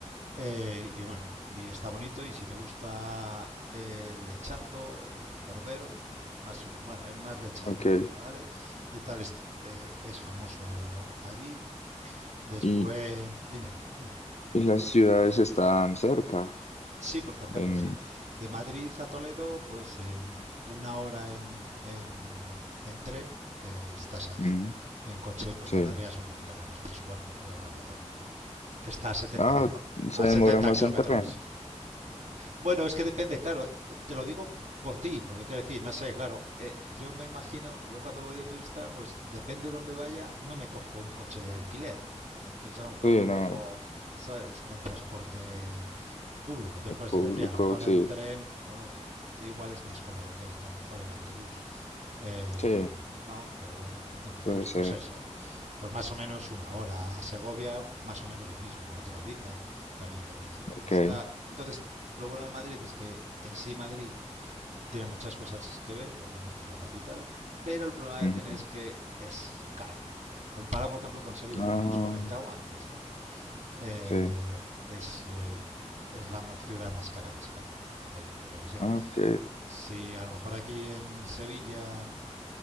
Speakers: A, on the right; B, on the left.
A: Eh, y bueno, y está bonito. Y si te gusta el lechazo, el cordero, más o- bueno, es más lechazo,
B: Ok.
A: ¿vale? Y tal, es, eh, es famoso allí. Después,
B: Y,
A: dime, dime.
B: y las ciudades están cerca.
A: Sí, pues por ejemplo,
B: En,
A: mira, de Madrid a Toledo, pues en una hora en, en- en tren eh, estás allí.
B: mm,
A: En coche, pues
B: sí.
A: tardarías un poquito menos, tres cuartos de hora a lo mejor. Está a 70
B: Ah,
A: kilo,
B: se
A: a 70
B: demora más
A: kilómetros.
B: en tren.
A: Bueno, es que depende, claro, te lo digo por ti, porque quiero decir, no sé, claro, eh, yo me imagino, yo cuando voy de turista, pues depende de dónde vaya, no me cojo un coche de alquiler, eh, entonces a lo mejor
B: Sí,
A: me muevo,
B: no.
A: ¿sabes?, en transporte público, entonces
B: El
A: por eso
B: público,
A: te decía, a lo mejor
B: sí.
A: en tren, bueno, igual es más cómodo que, que a lo mejor en autobús, eh,
B: Sí,
A: no, pero bueno, entonces,
B: puede
A: pues
B: ser.
A: eso, pues más o menos una hora. A Segovia, más o menos lo mismo, otra horita también es,
B: Ok.
A: está. Entonces, lo bueno de Madrid es que en sí Madrid tiene muchas cosas que ver, obviamente es la capital, pero el problema
B: ujú.
A: que tiene es que es caro. Comparado, por ejemplo, con Sevilla,
B: Ah,
A: que hemos comentado antes, ¿no? Eh,
B: sí.
A: es, eh, es la ciudad más cara de España. Entonces, pues yo qué sé,
B: Ok.
A: si a lo mejor aquí en Sevilla